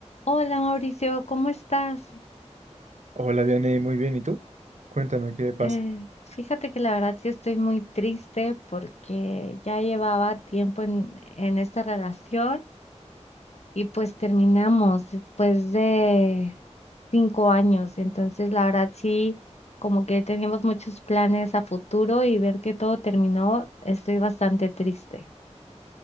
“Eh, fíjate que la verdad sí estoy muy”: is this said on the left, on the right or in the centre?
Left